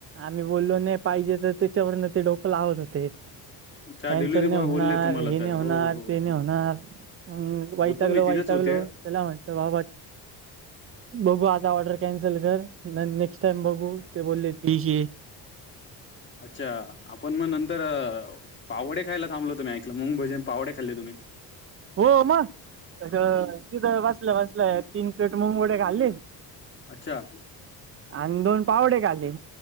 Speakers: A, on the right; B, on the left.
A: आम्ही बोललो नाही. पाहिजे तर त्याच्यावरन ते डोकं लावत होते.
B: अच्छा
A: कॅनसल
B: डिलिव्हरी
A: ने
B: बॉय
A: होणार
B: बोलले तुम्हाला
A: हे
B: तर
A: न होणार
B: हो हो
A: ते न
B: हो
A: होणार. हम् वयतग्लो
B: होतो मी तिथेच
A: वयतगलो
B: होते
A: तेला म्हत बाबा बघू आता ऑर्डर कॅन्सल कर नेक्स्ट टाइम बघू ते बोलले तीश.
B: अच्छा आपण मग नंतर पावडे खायला थांबलो तुम्ही ऐकलं मंग भजन पावडे खाल्ले तुम्ही.
A: हो मग अ तिथं वाचलं वाचलं तीन प्लेट मुंगोडे खाल्ली.
B: अच्छा.
A: आणि दोन पावडे खाली.